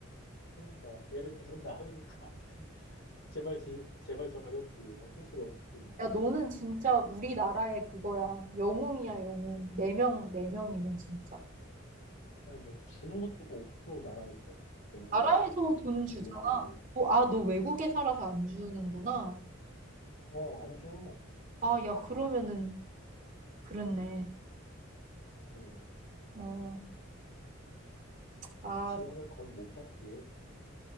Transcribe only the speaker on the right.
야, 너는 진짜 우리나라의 그거야. 영웅이야, 영웅. 네 명, 네 명이면 진짜.
나라에서 돈 주잖아.
도, 아, 너 외국에 살아서 안 주는구나.
아, 야, 그러면은, 그렇네.
어, 아,